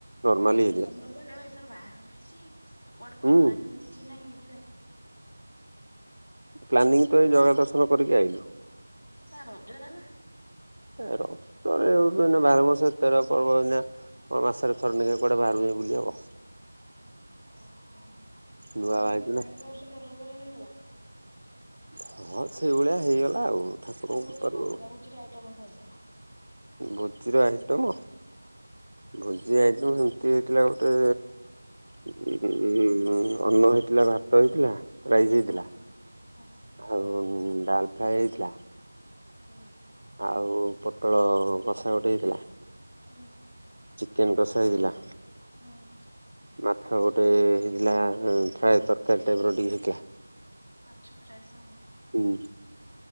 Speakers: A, on the right; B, on the left.
A: ନର୍ମାଲି ହେଇଯାଏ।
B: ତୋମର ପରା କାଳେ ଏଥର ବାହାଘର ହେଇଛି ଆଉ କୁଆଡେ
A: ହୁଁ
B: କଣ ପ୍ଲାନିଂ କିଛି ନାହିଁ କି ଯିବାରେ?
A: ପ୍ଲାନିଂ ତ ଏଇ ଜଗା ଦର୍ଶନ କରିକି ଆଇଲୁ।
B: ତା ରଜରା ନା।
A: ଏ ରଜରେ ଆଉ ତ ଏଇନା ବାର ମାସ ତେର ପର୍ବ ଏଇନା। କଣ ମାସ ରେ ଥରେ ନେଖା କୁଆଡେ ବାହାରକୁ ଯାଇ ବୁଲି ହବ।
B: ଓହୋ, ଆଉ
A: ନୂଆ ବାହା
B: କଣ
A: ହେଇଛୁ
B: ସବୁ ବାହାଘର
A: ନା।
B: ଫାହାଘର ସବୁ ଭଲ ରେ ଭଲ ହେଇଗଲା?
A: ହଁ ସେଇଭଳିଆ ହେଇଗଲା ଆଉ। ଠାକୁରଙ୍କ
B: ଆଉ ଭୋଜି
A: କୃପାରୁ
B: କଣ ହେଇଥିଲା?
A: ଆଉ
B: ଭୋଜିରେ ଆଇଟମ୍ କଣ ହେଇଥିଲା।
A: ଭୋଜିର ଆଇଟମ? ଭୋଜି ଆଇଟମ୍ ସେମତି ହେଇଥିଲା ଗୋଟେ ଉ, ଅନ୍ନ ହେଇଥିଲା ଭାତ ହେଇଥିଲା। ରାଇସ୍ ହେଇଥିଲା
B: ହଁ ହଁ
A: ଆଉ ଡାଲ୍ ଫ୍ରାଏ ହେଇଥିଲା।
B: ହଁ।
A: ଆଉ ପୋଟଳ କଷା ଗୋଟେ ହେଇଥିଲା।
B: ହଁ।
A: ଚିକେନ୍ କଷା ହେଇଥିଲା।
B: ହଁ।
A: ମାଛ ଗୋଟେ ହେଇଥିଲା ଫ୍ରାଏ ତରକାରୀ ଟାଇପ୍ ର ଟିକେ ହେଇଥିଲା।
B: ମାଛ ଫ୍ରାଏ ହଁ।
A: ହୁଁ।